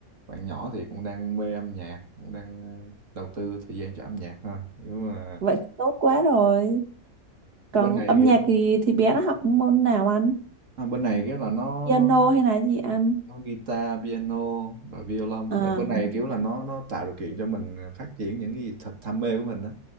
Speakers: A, on the right; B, on the right.
A: bạn nhỏ thì cũng đang mê âm nhạc, cũng đang ờ, đầu tư thời gian cho âm nhạc thôi. Kiểu mà
B: vậy thì tốt quá rồi
A: bên
B: còn
A: này
B: âm
A: kiểu
B: nhạc thì thì bé nó học môn nào anh?
A: à, bên này cái là nó
B: piano
A: nó
B: hay là gì anh?
A: có guitar piano rồi violon
B: à
A: tại cái Ừ. này kiểu là nó nó tạo điều kiện cho mình phát triển những cái gì thật đam mê của mình á